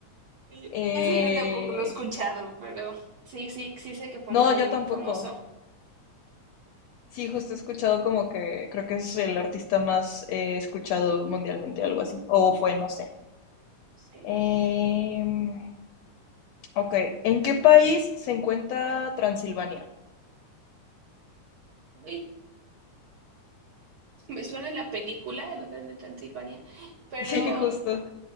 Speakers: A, on the right (about 60°); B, on the left (about 75°).
A: Sí,
B: Eh,
A: Eso yo tampoco lo he escuchado, pero sí, sí, sí sé que fue
B: No,
A: muy,
B: yo
A: muy
B: tampoco.
A: famoso.
B: Sí, justo he escuchado como que creo que es el artista más eh, escuchado mundialmente, algo así. O fue, no sé.
A: Sí.
B: Em, ok, ¿en qué país se encuentra Transilvania?
A: Uy, me suena la película, El Hotel de Transilvania, pero,
B: <laughs> Sí, justo.